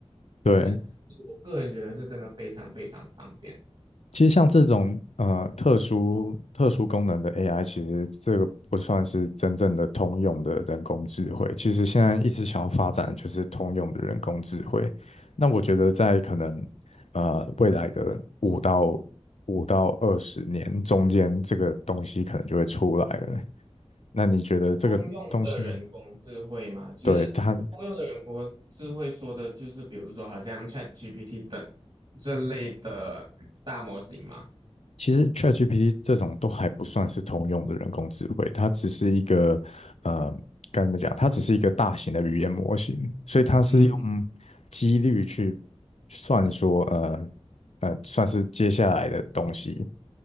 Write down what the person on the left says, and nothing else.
对，
其实像这种呃特殊特殊功能的 AI，其实这个不算是真正的通用的人工智慧。其实现在一直想要发展的就是通用的人工智慧。那我觉得在可能呃未来的五到五到二十年中间，这个东西可能就会出来了。那你觉得这个东西，
对，它？
其实 ChatGPT 这种都还不算是通用的人工智慧，它只是一个呃，该怎么讲？它只是一个大型的语言模型，所以它是用几率去
算说，呃呃，算是接下来的东西，